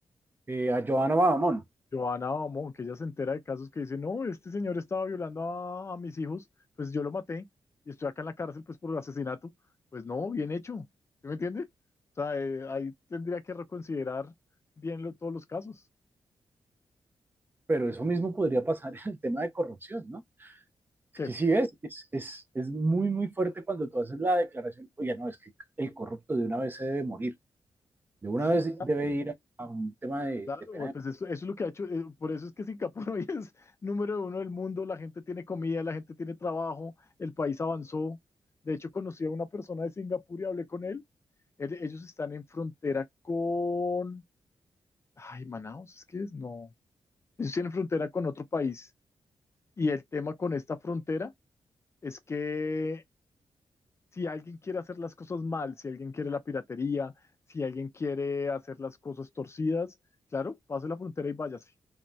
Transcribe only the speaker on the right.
eh, a Johanna Badamón.
Pero eso mismo podría pasar en el tema de corrupción, ¿no? Es
que sí, es, es, es, es muy, muy fuerte cuando tú haces la declaración, oye, no, es que el corrupto de una vez se debe morir, de una
vez
debe ir a, a un tema de,
de pena.